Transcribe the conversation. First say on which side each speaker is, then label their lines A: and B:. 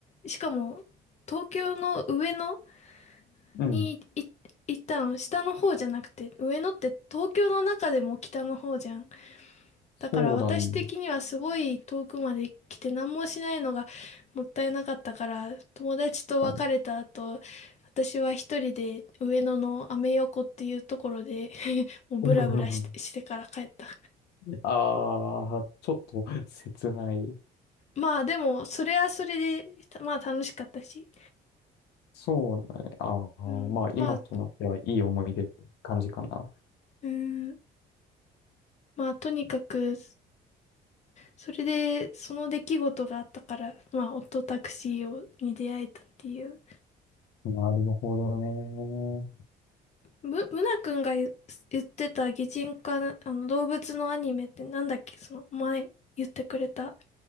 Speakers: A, on the left (about 40°); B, on the left (about 80°).
A: しかも、東京の上野
B: うん。
A: にい行ったの、下の方じゃなくて、上野って東京の中でも北の方じゃん。
B: そうだね。
A: だから私的にはすごい遠くまで来て何もしないのがもったいなかったから、友達と別れた後、
B: 確かに。
A: 私は一人で上野のアメ横っていうところで <laughs> もうブラブラして、
B: うんうんうん
A: してから帰った。
B: ああー、ちょっと切ない。
A: まあでも、それはそれで、まあ楽しかったし。
B: そうだね。ああ、
A: うん、
B: まあ今となってはいい思い出って感じかな。
A: まあ、うん、まあとにかく、それで、その出来事があったから、まあ、オットタクシーをに出会えたっていう。
B: なるほどね。
A: む、むなくんが言、言ってた擬人化な、あの、動物のアニメってなんだっけその、前言ってくれた。